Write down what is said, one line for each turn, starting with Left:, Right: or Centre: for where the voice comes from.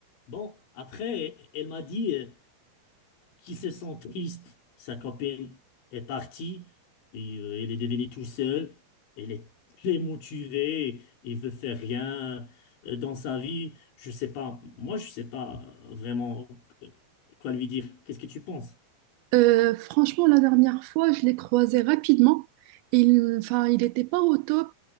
Left: Bon, après, elle m'a dit euh, qu'il se sent triste. Sa copine est partie, et, euh, elle est devenue tout seule, elle est très motivée, il veut faire rien euh, dans sa vie. Je sais pas, moi je sais pas euh, vraiment euh, quoi lui dire. Qu'est-ce que tu penses?
Right: Euh, franchement, la dernière fois, je l'ai croisé rapidement. Il, enfin, il n'était pas au top.